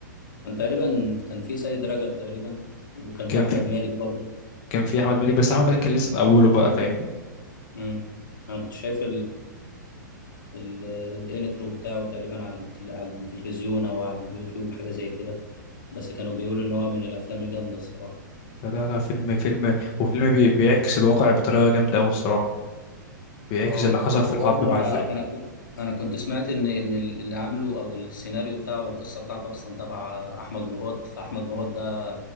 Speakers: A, on the left; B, on the left.
A: كان تقريبا كان في سيد رجب تقريبا وكان
B: كان
A: في أحمد
B: في
A: مالك برضه
B: كان في احمد مالك بس احمد مالك كان لسه في اوله بقى فاهمني
A: مم. أنا كنت شايف الانترو بتاعه تقريبا على التل- على التلفزيون او على اليوتيوب حاجه زي كده بس كانوا بيقولوا ان هو من الافلام الجامده الصراحه
B: لا لا لا، فيلم فيلم وفيلم بي بيعكس الواقع بطريقة جامدة قوي الصراحة بيعكس
A: اه
B: اللي حصل
A: وبرضه
B: في الحرب مع الفرق
A: انا انا ك- انا كنت سمعت ان ان اللي عامله او السيناريو بتاعه والقصه بتاعته اصلا تبع احمد مراد فاحمد مراد ده